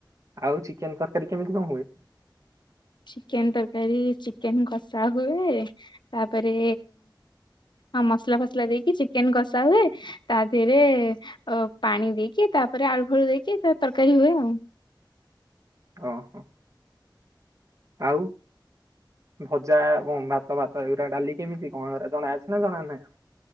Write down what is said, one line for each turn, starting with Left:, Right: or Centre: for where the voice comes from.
Right: ଆଉ ଚିକେନ ତରକାରୀ କେମିତି କଣ ହୁଏ?
Left: ଚିକେନ ତରକାରୀ ଚିକେନ କଷା ହୁଏ ତାପରେ ହଁ ମସଲା ଫସଲା ଦେଇକି ଚିକେନ କଷା ହୁଏ। ତା ଦେହରେ ଅ ପାଣି ଦେଇକି ତାପରେ ଆଳୁ ଫାଳୁ ଦେଇକି ତା ତରକାରୀ ହୁଏ ଆଉ।
Right: ଓହୋ ଆଉ ଭଜା ଏବଂ ଭାତ ଭାତ ଏଗୁରା ଡାଲି କେମିତି କଣ ଜଣା ଅଛି ନା ଜଣା ନାହିଁ?